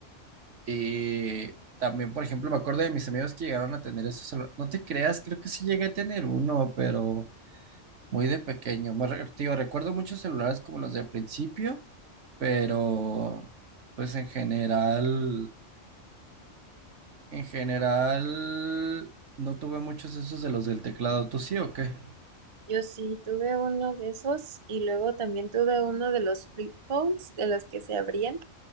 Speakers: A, on the right (about 70°); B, on the right (about 35°).
A: Y también, por ejemplo, me acuerdo de mis amigos que llegaron a tener esos celu- No te creas, creo que sí llegué a tener uno, pero muy de pequeño. Me, re- te digo, recuerdo muchos celulares como los de principio, pero pues en general. En general, no tuve muchos esos de los del teclado. ¿Tú sí o qué?
B: Yo sí tuve uno de esos y luego también tuve uno de los flip phones, de los que se abrían